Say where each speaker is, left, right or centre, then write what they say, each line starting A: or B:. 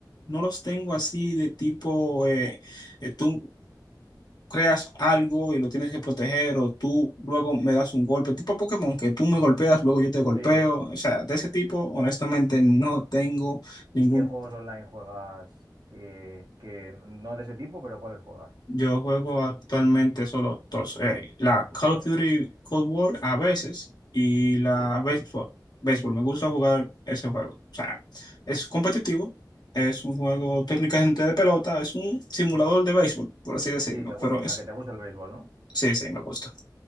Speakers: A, on the left; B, on the right.
A: no los tengo así de tipo eh, eh, tú creas algo y lo tienes que proteger o tú luego me das un golpe, tipo Pokémon, que tú me golpeas, luego yo te golpeo,
B: Sí,
A: o sea, de ese tipo, honestamente, no tengo ningún,
B: ¿Y qué juegos online juegas que, que no de ese tipo, pero cuáles juegas?
A: yo juego actualmente solo dos, eh, la Call of Duty Cold War a veces y la
B: ¿Sí?
A: béisbol, béisbol, me gusta jugar ese juego, o sea, es competitivo. Es un juego técnicamente de pelota, es un simulador de béisbol, por así decirlo,
B: Sí, te
A: pero
B: gu- o
A: es,
B: sea, que te gusta el béisbol, ¿no?
A: sí, sí, me gusta.